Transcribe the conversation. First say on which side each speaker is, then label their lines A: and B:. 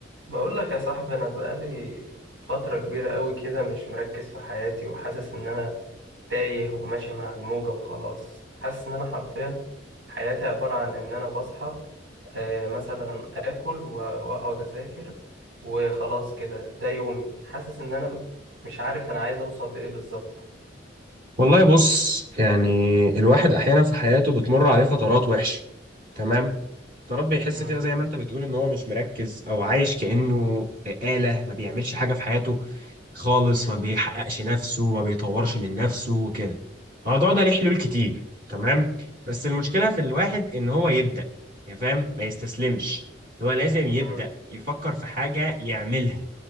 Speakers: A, on the right; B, on the right.
A: بقول لك يا صاحبي انا بقالي فترة كبيرة قوي كده مش مركز في حياتي وحاسس ان انا تايه وماشي مع الموجة وخلاص حاسس ان انا حرفيا حياتي عبارة عن ان انا بصحى آه، مثلا اكل و- واقعد اذاكر وخلاص كده ده يومي حاسس ان انا م- مش عارف انا عايز اوصل لايه بالظبط
B: والله بص يعني الواحد احيانا في حياته بتمر عليه فترات وحشه تمام فترات بيحس
A: مم،
B: فيها زي ما انت بتقول ان هو مش مركز او عايش كانه آلة ما بيعملش حاجه في حياته خالص ما بيحققش نفسه ما بيطورش من نفسه وكده الموضوع ده ليه حلول كتير تمام بس المشكله في الواحد ان هو يبدا يعني فاهم ما يستسلمش هو لازم يبدا
A: مم.
B: يفكر في حاجه يعملها